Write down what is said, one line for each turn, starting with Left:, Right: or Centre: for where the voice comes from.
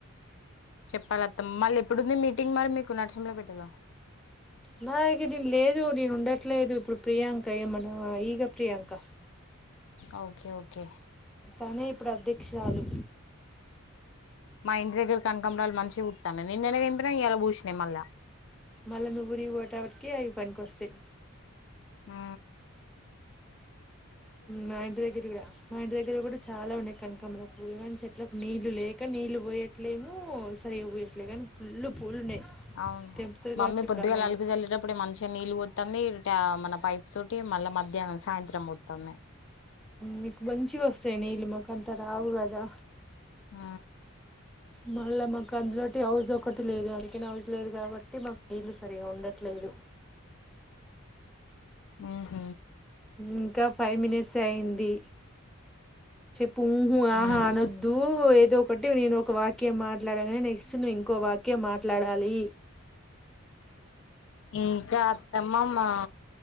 Left: చెప్పాలి అత్తం మళ్ళీ ఎప్పుడుంది మీటింగ్ మరి మీకు నరసంలో పెట్టాల
Centre: నా ఇక నీను లేదు నేను ఉండట్లేదు ఇప్పుడు ప్రియాంక ఏమన్నా ఈగ ప్రియాంక
Left: ఓకే ఓకే
Centre: తనే ఇప్పుడు అధ్యక్షురాలు
Left: మా ఇంటి దగ్గర కనకాంబరాలు మంచిగా పుత్తన్నయ్ నిన్ననే తెంపిన ఇయ్యాలా పుసినయి మళ్ళ
Centre: మళ్ళా నువ్వూరికి వొయాటల్ కి అవి పనికి అస్తయి
Left: ఆ
Centre: మా ఇంటి దగ్గర లా మా ఇంటి దగ్గర గుడ చాలా ఉన్నాయి కన్ కమర పూలుగాని చెట్లకు నీళ్లు లే ఇంకా నీళ్ళు పోయట్లేమో సరిగగా పోయట్లేదు కానీ ఫుల్లు పూలు ఉన్నాయి
Left: అవును
Centre: తెంపుతుంది
Left: మమ్మీ
Centre: కావచ్చు ఇప్పుడు
Left: పొద్దుగాల
Centre: అమ్మమ్మ
Left: అలుకు చల్లిలేటప్పుడే మనిషిగా నీళ్లుు పోతంది గా మన పైపు తోటి మళ్ళా మధ్యాహ్నం సాయంత్రం పోతంది
Centre: మీకు మంచిగా వస్తాయి నీళ్ళ మొక అంతా రావు కదా
Left: ఆ
Centre: మళ్ళీ మాకు అందులోటి హౌజ్ ఒకటి లేదు అందుకనే హౌజ లేదు కాబట్టి మాకు నీళ్లు సరిగా ఉండట్లేదు
Left: మ్ హు
Centre: ఇంకా ఫైవ్ మినిట్స్ అయ్యేందీ పూహ
Left: ఉమ్
Centre: ఆహా అనద్దు ఏదో ఒకటి నేను ఒక వాక్యం మాట్లాడగానే నెక్స్ట్ నువ్వు ఇంకో వాక్యం మాట్లాడాలి
Left: ఇంకా అత్తమ్మ మా